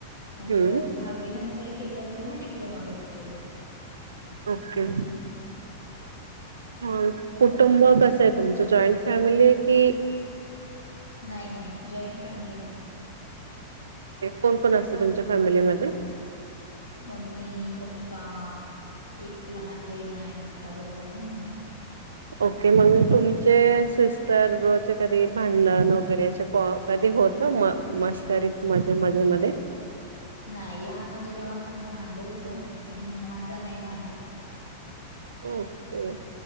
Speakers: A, on the left; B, on the right.
A: आणि
B: हम्म.
A: जर दहावी नंतर केलं तर मग डिप्लोमा भेटतोय.
B: ओके. हा कुटुंब कसं आहे तुमचं जॉईंट फॅमिली आहे की?
A: नाही नाही जॉईंट फॅमिली नाही.
B: कोण कोण असत तुमच्या फॅमिलीमध्ये?
A: मम्मी, पप्पा एक लहान बहीण आहे, मोठा भाऊ आहे आणि मी.
B: ओके मग तुमचे सिस्टर ब्रो चे कधी भांडण वगैरे असे कधी होत नाही. त म मस्करीत मजे मजे मध्ये.
A: नाही लहान होतो तेव्हा आम्ही भांडत होतो पण आता नाही भांडत.
B: ओके.